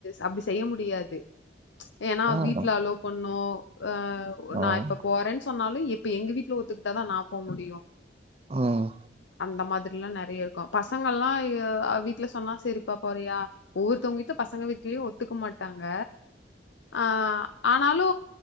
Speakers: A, on the left; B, on the right.
A: அப்டி செய்ய முடியாது ஏனா
B: ம்
A: வீட்டுல அளோ பண்ணு அ
B: ம்
A: நா இப் போரன் சொன்னாலு இப்ப எங்க வீட்டுல ஒத்துக்கிட்டாதா நா போ முடியு
B: ம்
A: அந்த மாதிரிலா நெறைய இருக் பசங்கல்லா அ வீட்ல சொன்னா செரிப்பா போறியா ஒவ்வொருத்தவங்க வீட்ல பசங்க வீட்லயு ஒத்துக்க மாட்டாங்க ஆ ஆனாலு